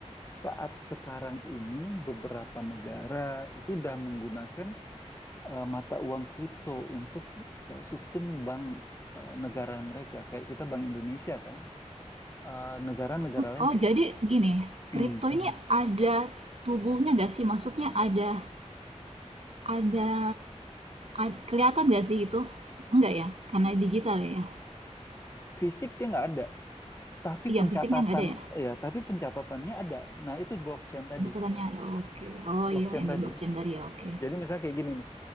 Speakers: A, on the left; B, on the right.
A: saat sekarang ini beberapa negara itu udah menggunakan eh, mata uang kripto untuk eh, sistem bank eh, negara mereka. Kayak kita Bank Indonesia kan, Eh, negara-negara
B: Hmm,
A: lain
B: Oh,
A: kayak
B: jadi gini,
A: "Hmm,
B: kripto
A: hmm."
B: ini ada tubuhnya nggak sih? Maksudnya ada ada, ad- kelihatan nggak sih itu? Enggak ya, karena digital ya.
A: fisik dia nggak ada, tapi
B: Iya,
A: pencatatan
B: fisiknya nggak ada ya.
A: ya, tapi pencatatannya ada. Nah itu blockchain tadi,
B: Bukannya ada. Oke. Oh
A: blockchain
B: iya, yang
A: tadi.
B: di blockchain dari ya. Oke.
A: Jadi misalnya kayak gini nih,